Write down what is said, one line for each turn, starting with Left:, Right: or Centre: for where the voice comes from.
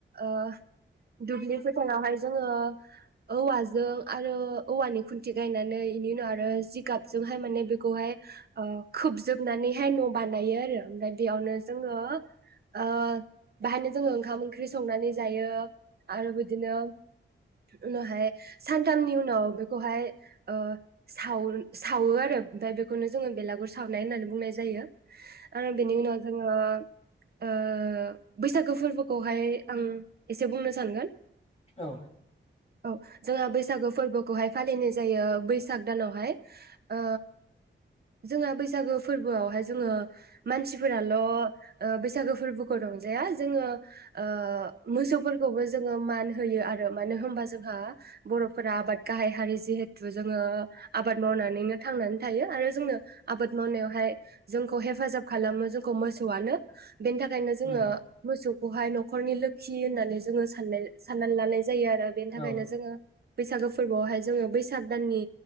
Right: ओ दुब्लि फोथारावहाय जोङो औवाजों आरो औवानि खुन्थि गायनानै बेनि उनाव आरो जिगाब जोंहाय माने बेखौहाय ओ खोबजोबनानैहाय न बानायो आरो ओमफ्राय बेयावनो जोङो ओ बेहायनो जोङो ओखाम ओंख्रि संनानै जायो आरो बिदिनो उनावहाय सानथामनि उनाव बेखौहाय ओ साव सावो आरो ओमफ्राय बेखौनो जोङो बेलागुर सावनाय होननानै बुंनाय जायो आरो बेनि उनाव जोङो ओ बैसागो फोरबोखौहाय आं एसे बुंनो सानगोन
Left: औ
Right: औ जोंहा बैसागो फोरबोखौहाय फालिनाय जायो बैसाग दानावहाय। ओ जोंहा बैसागो फोरबोआवहाय जोङो मानसिफोराल' बैसागो फोरबोखौ रंजाया जोङो ओ मोसौफोरखौबो जोङो मान होयो आरो मानो होनबा जोंहा बर'फोरा आबाद गाहाय हारि जिहेथु जोङो आबाद मावनानैनो थां नानै थायो आरो जोंनो आबाद मावनायावहाय जोंखौ हेफाजाब खालामो जोंखौ मोसौआनो। बेनि थाखायनो जोङो
Left: उम
Right: मोसौ खौहाय न'खरनि लोखि होननानै जोङो साननाय साननानै लानाय जायो आरो बेनि थाखायनो
Left: औ
Right: जोङो बैसागो फोरबोआवहाय जोङो बैसाग दाननि